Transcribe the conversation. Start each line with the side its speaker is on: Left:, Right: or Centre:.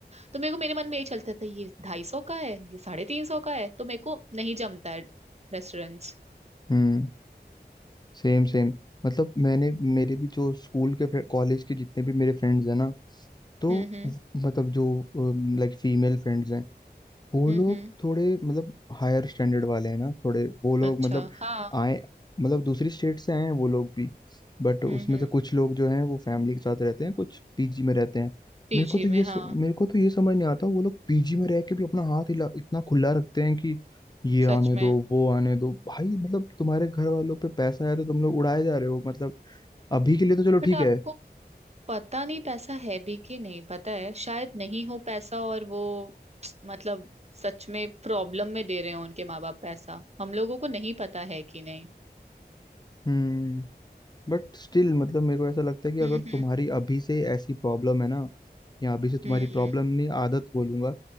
Right: तो मेरे को मेरे मन में यही चलता था ये ढाई सौ का है ये साढ़े तीन सौ का है तो मेरे को नहीं जमता है रेस्टोरेंट्स
Left: हम्म सेम सेम मतलब मैंने मेरे भी जो स्कूल के कॉलेज के जितने भी मेरे फ्रेंड्स हैं ना तो
Right: हम्म हम्म
Left: व- मतलब जो लाइक फीमेल फ्रेंड्स हैं वो
Right: हम्म
Left: लोग
Right: हम्म,
Left: थोड़े मतलब हायर स्टैंडर्ड वाले हैं ना थोड़े वो लोग
Right: अच्छा
Left: मतलब
Right: हाँ
Left: आए मतलब दूसरी स्टेट से आए हैं वो लोग भी बट उसमें
Right: हम्म हम्म
Left: से कुछ लोग जो हैं वो फैमिली के साथ रहते हैं कुछ पीजी में रहते हैं
Right: पीजी
Left: मेरे को तो ये
Right: में
Left: स-
Right: हाँ
Left: मेरे को तो ये समझ नहीं आता वो लोग पीजी में रह के भी अपना हाथ हिला इतना खुला रखते हैं कि ये
Right: सच
Left: आने
Right: में
Left: दो वो आने दो भाई मतलब तुम्हारे घर वालों पे पैसा आया तो तुम लोग उड़ाए जा रहे हो मतलब अभी के लिए तो चलो
Right: बट
Left: ठीक
Right: आपको
Left: है
Right: पता नहीं पैसा है भी कि नहीं पता है शायद नहीं हो पैसा और वो <tsk> मतलब सच में प्रॉब्लम में दे रहे हो उनके माँ बाप पैसा हम लोगों को नहीं पता है कि नहीं
Left: हम्म बट स्टिल मतलब मेरे को ऐसा लगता है कि अगर
Right: हम्म
Left: तुम्हारी अभी से ऐसी प्रॉब्लम है ना या अभी से तुम्हारी
Right: हम्म
Left: प्रॉब्लम
Right: हम्म
Left: नहीं आदत बोलूंगा